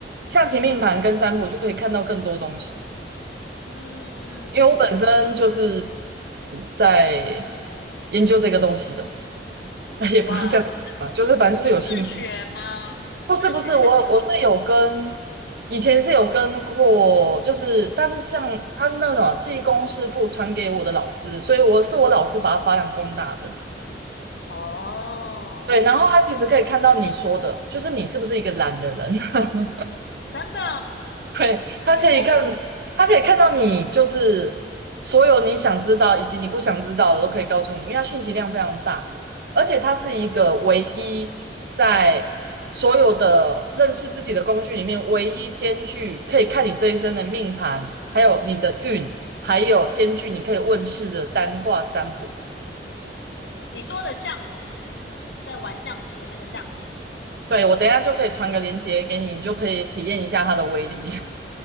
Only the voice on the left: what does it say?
嗯，
哇，你是
你自学吗？你自学还是有？
哦，
真的，
你说的
你说的象棋是指我们在玩象棋的那个象棋。